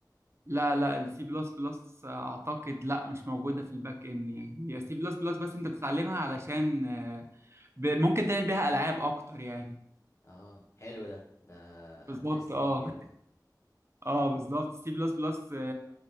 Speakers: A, on the right (about 35°); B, on the left (about 40°).
A: لا لا السي بلس بلس اعتقد لا مش موجوده في الباك اند يعني هي سي بلس بلس بس انت بتتعلمها علشان ب- ممكن تعمل بيها العاب اكتر يعني
B: اه حلو ده ده
A: بالظبط
B: انترستنج
A: اه
B: جدا
A: اه بالظبط سي بلس بلس